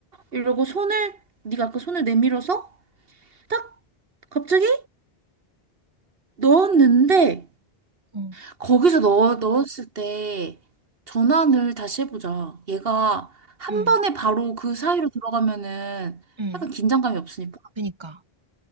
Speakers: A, on the right (about 65°); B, on the right (about 25°).
A: 이러고 손을 네가 아까 손을 내밀어서 딱 갑자기 넣었는데
B: 응,
A: 거기서 넣, 넣었을 때 전환을 다시 해보자. 얘가 한
B: 응,
A: 번에 바로 그 사이로 들어가면은
B: 응.
A: 약간 긴장감이 없으니까.
B: 그니까.